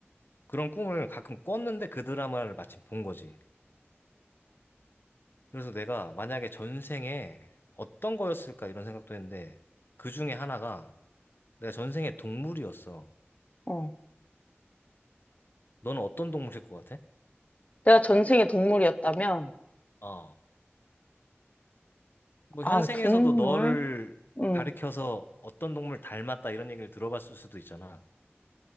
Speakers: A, on the left; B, on the left.
A: 그런 꿈을 가끔 꿨는데 그 드라마를 마침 본 거지. 그래서 내가 만약에 전생에 어떤 거였을까 이런 생각도 했는데 그 중에 하나가 내가 전생에 동물이었어.
B: 어.
A: 너는 어떤 동물일 것 같아?
B: 내가 전생에 동물이었다면,
A: 어. 뭐
B: 아,
A: 현생에서도
B: 동물?
A: 너를
B: 응.
A: 가리켜서 어떤 동물 닮았다 이런 얘기를 들어봤을 수도 있잖아.